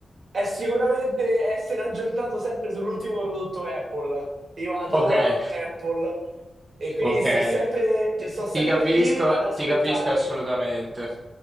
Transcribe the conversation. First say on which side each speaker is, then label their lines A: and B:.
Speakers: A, on the right; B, on the right.
A: è sicuramente essere aggiornato sempre sull'ultimo prodotto Apple. Io adoro
B: okay,
A: Apple e quindi
B: okay.
A: sto sempre,
B: Ti
A: sto sempre
B: ti capisco
A: lì ad aspettare.
B: ti capisco assolutamente.